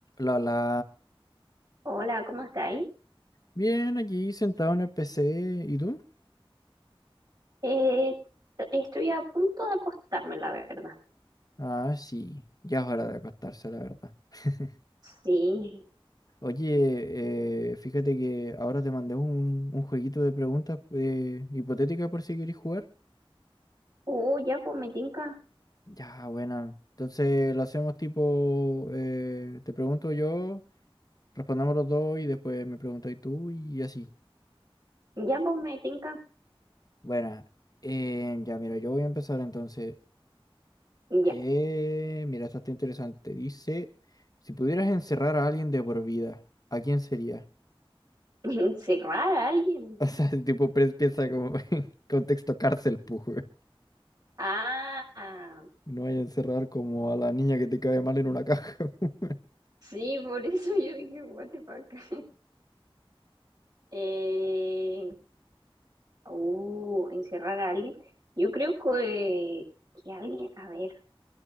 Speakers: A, on the left (about 40°); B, on the right (about 45°).
A: La la.
B: Hola, ¿cómo estáis?
A: Bien, aquí sentado en el PC. ¿Y tú?
B: Eh, t- estoy a punto de acostarme, la verdad.
A: Ah, sí. Ya es hora de acostarse, la verdad. <laughs>
B: Sí.
A: Oye, eh, fíjate que ahora te mandé un, un jueguito de preguntas eh, hipotéticas por si querés jugar.
B: Uh, ya pues me tinca.
A: Ya, buena. Entonces lo hacemos tipo, eh, te pregunto yo, respondemos los dos y después me preguntas tú y así.
B: Ya pues me tinca.
A: Buena. Eh, ya, mira, yo voy a empezar entonces.
B: Ya.
A: Eh, mira, esta está interesante. Dice, si pudieras encerrar a alguien de por vida, ¿a quién sería? <laughs>
B: <laughs> Encerrar a alguien.
A: O sea, si tipo, pre- piensa como <laughs> en contexto cárcel, pues.
B: Ah, ah.
A: No vaya a encerrar como a la niña que te cae mal en una caja. <laughs>
B: sí, por eso yo dije, what the fuck. <laughs> Eh, uh, encerrar a alguien. Yo creo que, que alguien, a ver,